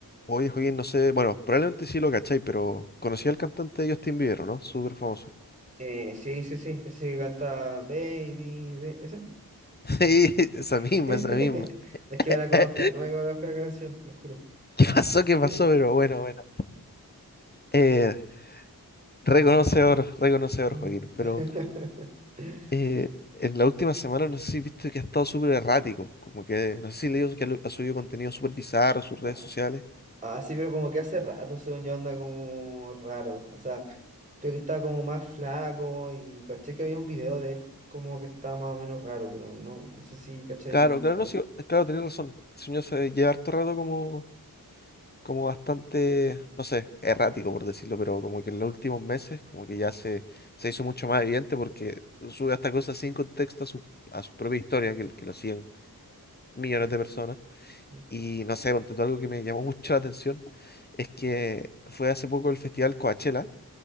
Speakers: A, on the left (about 25°); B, on the right (about 20°).
A: Oye, Joaquín, no sé, bueno, probablemente sí lo cacháis, pero conocí al cantante Justin Bieber, ¿o ¿no? Súper famoso.
B: Eh, sí, sí, sí, ese que canta Baby, ba- ese.
A: <laughs> Sí, esa
B: <laughs>
A: misma, esa misma. <laughs>
B: No es que me la conozcan,
A: ¿Qué
B: no me conozco la canción, lo juro.
A: pasó?
B: <laughs>
A: ¿Qué pasó? Pero bueno, bueno. Eh, reconocedor, reconocedor,
B: Mm.
A: Joaquín. Pero
B: <laughs>
A: eh, en la última semana no sé si viste que ha estado súper errático. Como que, no sé si leído que ha subido contenido súper bizarro a sus redes
B: Ah,
A: sociales.
B: ah, sí, pero como que hace rato, según yo, anda como raro. O sea, creo que estaba como más flaco y caché que había un video de él como que estaba más o menos raro, pero no, no sé si cacháis
A: Claro,
B: bien el
A: claro,
B: tema.
A: no, sí, claro, tenés razón. El señor se lleva harto rato como como bastante, no sé, errático por decirlo, pero como que en los últimos meses como que ya se, se hizo mucho más evidente porque sube esta cosa sin contexto a su, a su propia historia, que, que lo siguen millones de personas.
B: Mm,
A: Y no sé, ponte tú, algo que me llamó <laughs> mucho la atención es que fue hace poco el festival Coachella,